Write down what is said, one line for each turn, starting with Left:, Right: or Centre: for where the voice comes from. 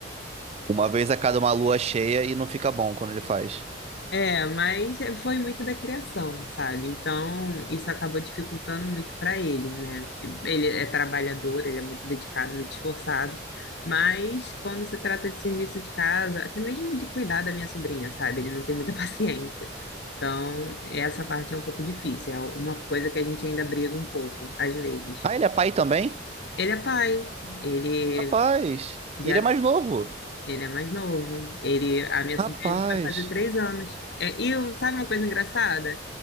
Right: Uma vez a cada uma lua cheia e não fica bom quando ele faz.
Left: É, mas foi muito da criação, sabe? Então, isso acabou dificultando muito para ele, né? Ele é trabalhador, ele é muito dedicado, muito esforçado, mas quando se trata de serviço de casa, até mesmo de cuidar da minha sobrinha, sabe? Ele não tem muita <laughs> paciência. Então, essa parte é um pouco difícil, é uma coisa que a gente ainda briga um pouco, às vezes.
Right: Ah, ele é pai também?
Left: Ele é pai, ele
Right: Rapaz.
Left: já
Right: E ele é mais novo.
Left: ele é mais novo. Ele, a minha sobrinha
Right: Rapaz.
Left: vai fazer três anos. É, e eu- sabe uma coisa engraçada?